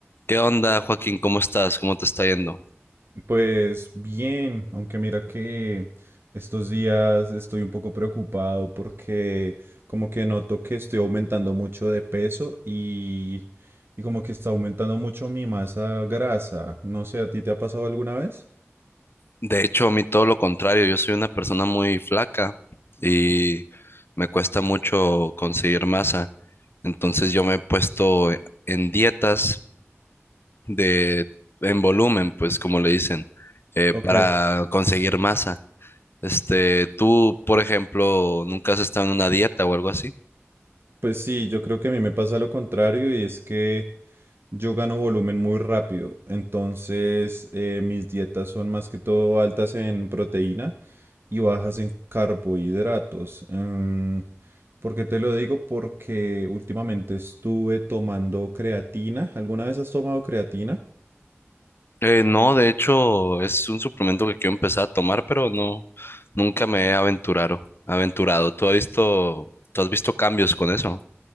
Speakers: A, on the left (about 55°); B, on the right (about 55°).
A: ¿Qué onda, Joaquín? ¿Cómo estás? ¿Cómo te está yendo?
B: Pues bien, aunque mira que estos días estoy un poco preocupado porque como que noto que estoy aumentando mucho de peso y, y como que está aumentando mucho mi masa grasa. No sé, ¿a ti te ha pasado alguna vez?
A: De hecho, a mí todo lo contrario, yo soy una persona muy flaca y me cuesta mucho conseguir masa. Entonces yo me he puesto en dietas de en volumen, pues como le dicen, eh,
B: Ok,
A: para conseguir masa. Este, tú, por ejemplo, ¿nunca has estado en una dieta o algo así?
B: pues sí, yo creo que a mí me pasa lo contrario y es que yo gano volumen muy rápido, entonces eh, mis dietas son más que todo altas en proteína. y bajas en carbohidratos. Em, ¿por qué te lo digo? Porque últimamente estuve tomando creatina. ¿Alguna vez has tomado creatina?
A: Eh, no, de hecho, es un suplemento que quiero empezar a tomar, pero no, nunca me he aventurado, aventurado. ¿Tú has visto, tú has visto cambios con eso?